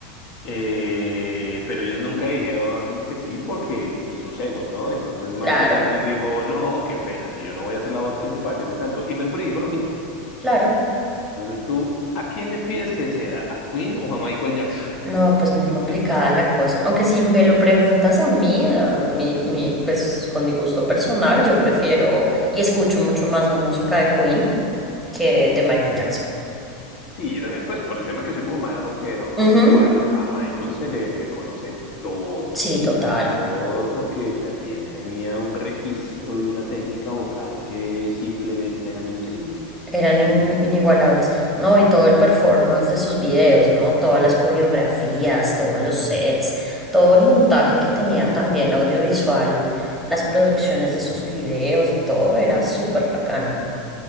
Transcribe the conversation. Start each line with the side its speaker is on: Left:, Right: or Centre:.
Left: eh, pero ellos nunca dijeron que sí porque, pues, sus egos, ¿no? Entonces Michael
Centre: Claro,
Left: Jackson dijo, no, qué pena, si yo no voy a ser la voz principal, yo no canto. Y Mercury dijo lo mismo.
Centre: claro.
Left: Entonces tú, ¿a quién le pides que sea? ¿A Queen o a Michael Jackson?
Centre: No, pues muy complicada
Left: <laughs>
Centre: la cosa. Aunque si me lo preguntas a mí, a mi, mi, pues con mi gusto personal, yo prefiero y escucho mucho más la música de Queen que de Michael Jackson.
Left: Sí, yo también, pues por el tema que soy como más rockero, aunque
Centre: Ujú,
Left: igual a Michael se le reconoce todo.
Centre: Sí, total.
Left: Todo porque también tenía un registro y una técnica vocal que simplemente eran increíbles,
Centre: Eran in-
Left: increíbles.
Centre: inigualables. No, y todo el performance de sus videos, ¿no? Todas las coreografías, todos los sets, todo el montaje que tenía también audiovisual, las producciones de sus videos y todo era súper bacano.